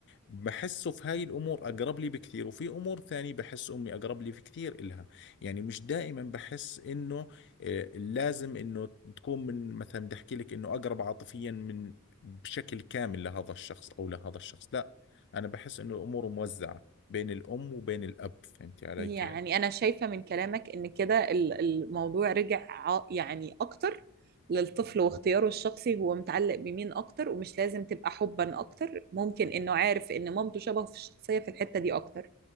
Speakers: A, on the left; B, on the right.
A: بحسه في هاي الأمور أقرب لي بكثير وفي أمور ثانية بحس أمي أقرب لي في كثير إلها يعني مش دائما بحس إنه آه، لازم إنه تكون من مثلا بدي أحكي لك إنه أقرب عاطفيا من بشكل كامل لهذا الشخص أو لهذا الشخص لا أنا بحس إنه الأمور موزعة بين الأم وبين الأب فهمتي علي
B: يعني
A: كيف
B: أنا شايفة من كلامك إن كده ال- الموضوع رجع ع- يعني أكتر للطفل واختياره الشخصي هو متعلق بمين أكتر ومش لازم تبقى حبا أكتر ممكن إنه عارف إن مامته شبهه في الشخصية في الحتة دي أكتر